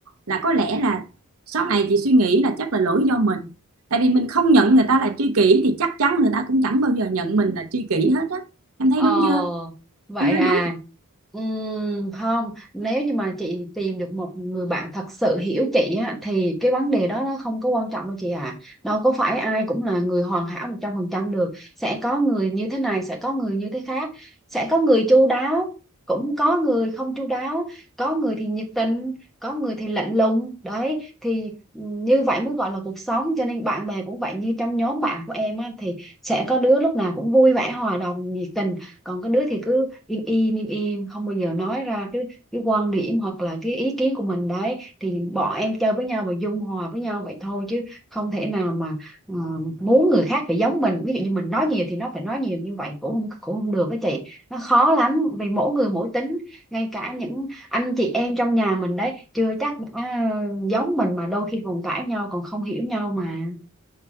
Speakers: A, on the right (about 80°); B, in the centre.
A: là có lẽ là sau này chị suy nghĩ là chắc là lỗi do mình tại vì mình không nhận người ta là tri kỷ thì chắc chắn người ta cũng chẳng bao giờ nhận mình là tri kỷ hết á em thấy
B: Ờ,
A: đúng chưa
B: vậy
A: em nói
B: à.
A: đúng
B: Ừm, không, nếu như mà chị tìm được một người bạn thật sự hiểu chị á, thì cái vấn đề đó nó không có quan trọng đâu chị ạ. Đâu có phải ai cũng là người hoàn hảo 100% được. Sẽ có người như thế này, sẽ có người như thế khác. Sẽ có người chu đáo, cũng có người không chu đáo. Có người thì nhiệt tình, có người thì lạnh lùng. Đấy, thì như vậy mới gọi là cuộc sống. Cho nên bạn bè cũng vậy, như trong nhóm bạn của em á, thì sẽ có đứa lúc nào cũng vui vẻ, hòa đồng, nhiệt tình còn cái đứa thì cứ im im im im không bao giờ nói ra cái cái quan điểm hoặc là cái ý kiến của mình đấy thì bọn em chơi với nhau và dung hòa với nhau vậy thôi chứ không thể nào mà ờ, muốn người khác phải giống mình ví dụ như mình nói nhiều thì nó phải nói nhiều như vậy cũng không cũng không được đó chị nó khó lắm vì mỗi người mỗi tính ngay cả những anh chị em trong nhà mình đấy chưa chắc đã giống mình mà đôi khi còn cãi nhau còn không hiểu nhau mà